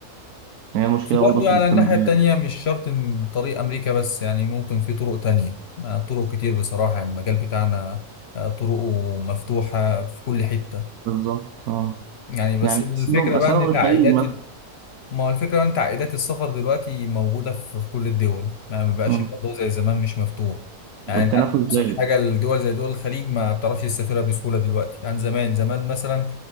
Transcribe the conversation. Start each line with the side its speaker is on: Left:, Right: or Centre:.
Right: هي المشكلة
Left: بس برضو
Right: برضه في
Left: على
Right: الاستمرارية
Left: الناحية التانية
Right: دي.
Left: مش شرط إن طريق أمريكا بس يعني ممكن في طرق تانية آه، طرق كتير بصراحة يعني المجال بتاعنا آه، طرقه مفتوحة في كل حتة
Right: بالظبط أه
Left: يعني بس
Right: يعني
Left: الفكرة
Right: أسألهم أسألهم
Left: بقى إن
Right: الخليج
Left: تعقيدات
Right: مثلا
Left: ال- ما هو الفكرة بقى إن تعقيدات السفر دلوقتي موجودة في في كل الدول ما ما بقاش
Right: مم.
Left: الموضوع زي زمان مش مفتوح يعني
Right: والتنافس
Left: أنت عندك
Right: زايد
Left: أبسط حاجة الدول زي دول الخليج ما بتعرفش تسافرها بسهولة دلوقتي عن زمان زمان مثلا